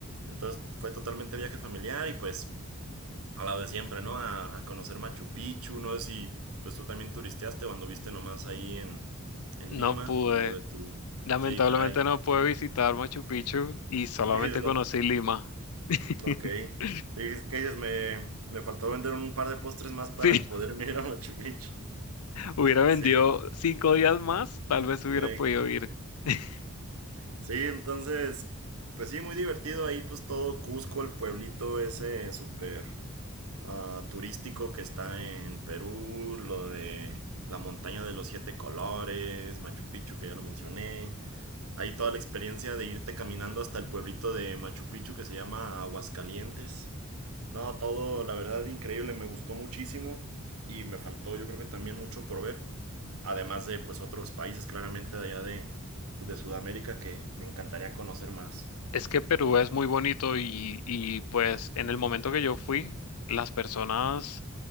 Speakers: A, on the right (about 75°); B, on the left (about 85°).
A: Entonces fue totalmente viaje familiar y pues a la de siempre, ¿no? A, a conocer Machu Picchu, no sé si pues tú también turisteaste o anduviste nomás ahí en, en
B: No
A: Lima
B: pude,
A: por lo de tu...
B: lamentablemente
A: Sí, caray.
B: no pude visitar Machu Picchu y solamente
A: <laughs> Dices, no.
B: conocí Lima. <laughs>
A: Ok. Dices, ¿qué dices? Me, me faltó vender un par de postres más para
B: Sí.
A: poder <laughs> ir a Machu Picchu.
B: Hubiera vendido
A: Sí,
B: cinco días más, tal vez hubiera
A: ey.
B: podido ir. <laughs>
A: Sí, entonces, pues sí, muy divertido ahí, pues todo Cusco, el pueblito ese súper... uh, turístico que está en Perú, lo de la montaña de los siete colores, Machu Picchu, que ya lo mencioné. Ahí toda la experiencia de irte caminando hasta el pueblito de Machu Picchu que se llama Aguascalientes. No, todo, la verdad, increíble, me gustó muchísimo y me faltó, yo creo que también mucho por ver. Además de, pues, otros países claramente de allá de, de Sudamérica que me encantaría conocer más.
B: Es que Perú es muy bonito y, y, pues en el momento que yo fui, las personas